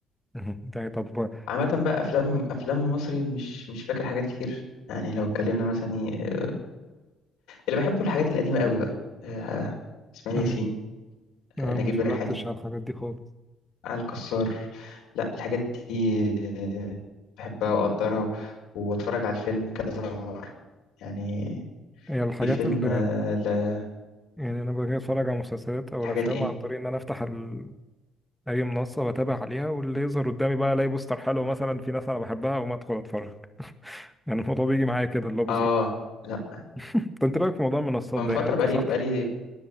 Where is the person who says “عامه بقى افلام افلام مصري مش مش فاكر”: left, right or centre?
Left